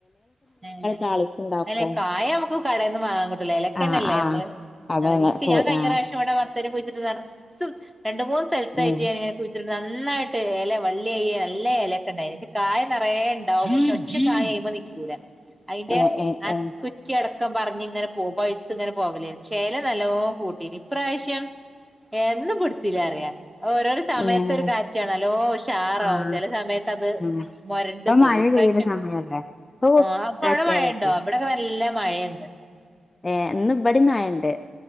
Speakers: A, in the centre; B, on the left.
A: ആ
B: താളിപ്പുണ്ടാക്കും
A: അല്ലെ കായ നമ്മക്ക് കടേന്ന് വാങ്ങാ കിട്ടും എലക്കന്നെല്ലേ
B: ആഹ് ആഹ്
A: നമ്മള്
B: അതന്നെ
A: എനിക്ക് ഞാൻ കഴിഞ്ഞ
B: ആഹ്
A: പ്രാവശ്യം ഇവിടെത്ത് വരെ പോയിച്ചിട്ട് നറച്ചും രണ്ട് മൂന്ന് സ്ഥലത്തായിട്ട്
B: ഉം
A: ഞാനിങ്ങനെ കുഴിച്ചിട്ടുണ്ട് നന്നായിട്ട് ഇല വള്ളി അയ്യ ല്ല ഇലക്കെ ഇണ്ടായി ക്ഷേ കായ നിറയെ ണ്ടാവും ഒറ്റ കായ അതിന്മേൽ നിക്കൂല അയ്ന്റെ
B: ഏഹ് ഏഹ്
A: ആഹ്
B: ഏഹ്
A: കുറ്റിയടക്കം പ പറിഞ്ഞിങ്ങനെ പോം പഴുത്ത് ഇങ്ങനെ പോവലായിരുന്ന് ക്ഷേ എല നല്ലപോ കൂട്ടി ഇനി ഇപ്രാവശ്യം എന്നും പിടുത്തില്ല അറിയാ ഓരോ സമയത്തൊ
B: ഏഹ്
A: ഒരു കാറ്റാണല്ലോ ഓഷ് ഉഷാറാവും
B: ആഹ്
A: ചില സമയത്ത് അത്
B: ഉം
A: മൊരണ്ട്
B: ഇപ്പൊ
A: പോയി
B: മഴ
A: ഇപാവശ്യം
B: പെയ്യുന്ന സമയല്ലേ ഓ
A: ആ അപ്പൊ
B: താക്കിയാലൊക്കെ
A: അവിടെ മഴണ്ടോ ഇവിടെക്കെ നല്ല മഴയിന്ന്
B: ഏ ഇന്നിവിടിം മഴയുണ്ട്